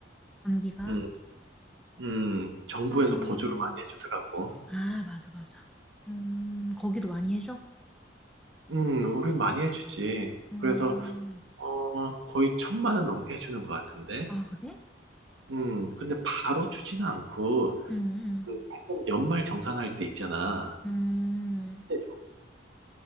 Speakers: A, in the centre; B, on the right.
A: 전기가?
B: 음. 음. 정부에서
A: 음.
B: 음. 보조를 많이 해 주더라고.
A: 아, 맞아, 맞아. 음, 거기도 많이 해줘?
B: 음. 우리 많이 해 주지.
A: 음.
B: 그래서 어 거의 천만 원 넘게 해 주는 것 같은데.
A: 아, 그래?
B: 음. 근데 바로 주지는 않고
A: 음, 음.
B: 그 세금 연말 정산할 때 있잖아.
A: 음.
B: 그때 줘.